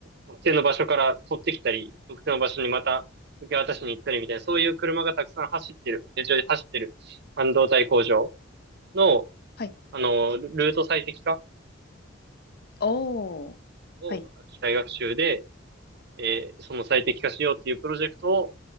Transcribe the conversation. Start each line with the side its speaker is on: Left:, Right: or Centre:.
Right: 特定の場所から取ってきたり、特定の場所にまた受け渡しに行ったりみたいな、そういう車がたくさん走ってる、天井で走ってる半導体工場の、
Left: はい。
Right: あの、ルート最適化
Left: おお、
Right: を機械学習で、
Left: はい。
Right: えーその最適化しようっていうプロジェクトを、